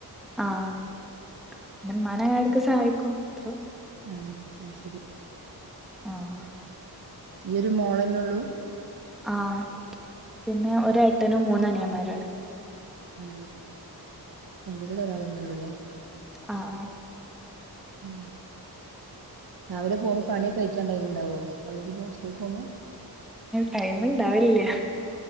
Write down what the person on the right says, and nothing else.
ആ ന്ന ശരി
ഈ ഒരു മോളന്നെ ഉള്ളു?
ആ പെകുട്ടി ഒരാളന്നെ ഉള്ളല്ലേ?
ഉം രാവിലെ പോകുമ്പോ പണിയൊക്കെ കഴിച്ചാണ്ട ടൈം - വോ കോളേജ്മ്പോക്കുമ്പോ സ്കൂൾ പോകുമോ